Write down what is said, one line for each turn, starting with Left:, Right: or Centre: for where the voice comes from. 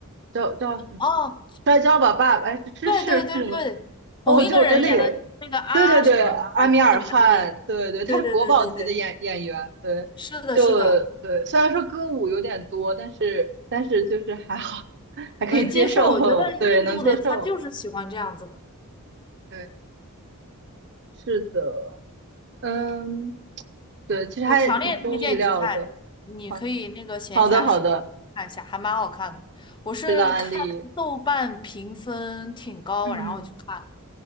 Right: 叫叫什么
Left: 哦，
Right: 《摔跤吧，爸爸》？哎，是是是是那个
Left: 对对对对，
Right: 哦，
Left: 同一个人演的，
Right: 我觉得我觉得那个
Left: 就是那个啊什么啊那个男的演。
Right: 对对对，阿米尔汗，对对，他是国宝级的演演员，
Left: 对对对对对，
Right: 对，
Left: 是的，
Right: 就对，
Left: 是的，
Right: 虽然说歌舞有点多，但是但是就是还好，还可以接受，
Left: 能接受。我觉得印度的他就是喜欢这样子的，
Right: 对，能接受，对，是的，嗯，对，其实还挺出乎意料的，
Left: 我强烈推荐你去看，你可以那个闲暇时
Right: 好，好的好的，
Left: 看一下，还蛮好看的。我是看豆瓣评分挺高，
Right: 知道安利，嗯，
Left: 然后我去看。